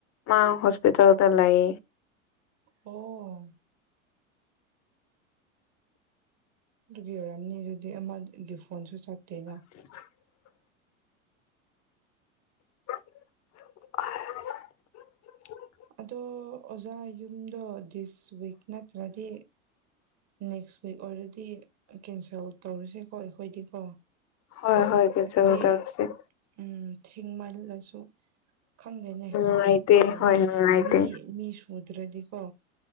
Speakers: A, on the left (about 40°); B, on the right (about 40°).
A: ꯃꯥ ꯍꯣꯁꯄꯤꯇꯥꯜꯗ ꯂꯩ
B: ꯑꯣ ꯑꯗꯨꯒꯤ ꯑꯣꯏꯔꯝꯅꯤ ꯑꯗꯨꯗꯤ ꯑꯃꯒꯤ ꯐꯣꯟꯁꯨ ꯆꯠꯇꯦꯗ
A: <unintelligible> ꯑ <unintelligible>
B: ꯑꯗꯣ ꯑꯣꯖꯥ ꯌꯨꯝꯗꯣ ꯗꯤꯁ ꯋꯤꯛ ꯅꯠꯇ꯭ꯔꯗꯤ ꯅꯦꯛꯁ ꯋꯤꯛ ꯑꯣꯏꯔꯥꯗꯤ ꯀꯦꯟꯁꯦꯜ ꯇꯧꯔꯥꯁꯦꯀꯣ ꯑꯩꯈꯣꯏꯗꯤꯀꯣ
A: ꯍꯣꯏ ꯍꯣꯏ ꯀꯦꯟꯁꯦꯜꯇꯧꯔꯁꯤ
B: ꯍꯥꯏꯕꯗꯤ ꯎꯝ ꯊꯦꯡꯃꯜꯂꯁꯨ ꯈꯪꯗꯦꯅꯦ
A: ꯅꯨꯡꯉꯥꯏꯇꯦ
B: ꯑꯠ
A: ꯍꯣꯏ ꯅꯨꯡꯉꯥꯏꯇꯦ
B: ꯃꯤ ꯃꯤ ꯁꯨꯗ꯭ꯔꯗꯤꯀꯣ